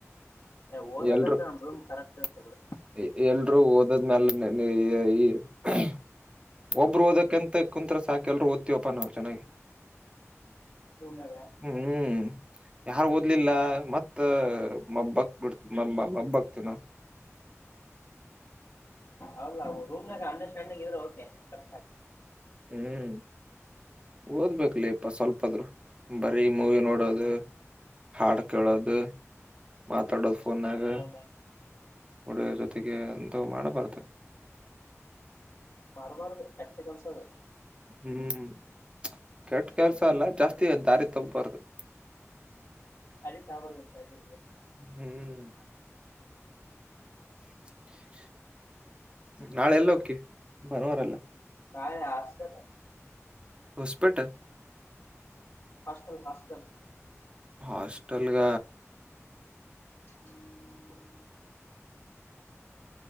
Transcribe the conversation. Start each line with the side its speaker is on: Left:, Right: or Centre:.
Left: ಏ
Right: <unintelligible>
Left: ಓದಕ್ಕಂತ ನಮ್ ರೂಮ್ ಕರೆಕ್ಟ್ ಇರುತ್ತೆ ಬಿಡು
Right: <unintelligible> ಒಬ್ರು ಓದಕ್ಕಂತ ಕುಂತ್ತ್ರ ಸಾಕೆಲ್ರುೂ ಒತ್ತಿವಪ್ಪ ನಾವು ಚೆನ್ನಾಗಿ
Left: ರೂಮ್ನಾಗ
Right: ಹ್ಮ ಹ್ಮ್ ಯಾರ್ು ಓದ್ಲಿಲ್ಲ ಮತ್ ಮಬ್ಬಕ್ ಬಿಡ್ ಮ ಮಬ್ಬಕ್ತಿನ ನೋಡು <inaudible>
Left: ಅವೌಲ್ಲ ರೂಮ್ನಾಗ ಅಂಡರ್ಸ್ಟ್ಯಾಂಡಿಂಗ್ ಇದ್ರೆ ಓಕೆ ಕೆ
Right: ಹ್ಮ್ ಓದ್ಬೇಕ ಲಪ್ಪಾ ಸ್ವಲ್ಪದ್ರು ಬರೀ ಮೂವಿ ನೋಡೋದು ಹಾಡ್ ಕೇಳೋದು ಮಾತಾಡೋದು ಫೋನ್ಾಗ
Left: ಫೋನ್
Right: ಹುಡುಗೀರ್ ಜೊತೆಗೆ ಎಂತ ಮಾಡಬಾರತದೆ
Left: ಮಾಡ್ಬಾರ್ದು ಕಟ್ಟ ಕೆಲ್ಸ ಅದ
Right: ಹ್ಮ್ ಕೆಟ್ಟ ಕೆಲ್ಸ ಅಲ್ಲ ಜಾಸ್ತಿ ದಾರಿ ತಪ್ಪಾರ್ದು
Left: <unintelligible>
Right: ಹ್ಮ್ <unintelligible> ನಾಳೆ ಎಲ್ಲೋಗ್ತಿ ಭಾನುವಾರ ಅಲ್ಲ
Left: ನಾಳೆ ಹಾಸ್ಟೆಲ್
Right: ಹೊಸಪೇಟೆ
Left: ಹಾಸ್ಟಲ್ ಹಾಸ್ಟಲ್
Right: ಹಾಸ್ಟಲ್ಗ
Left: <inaudible>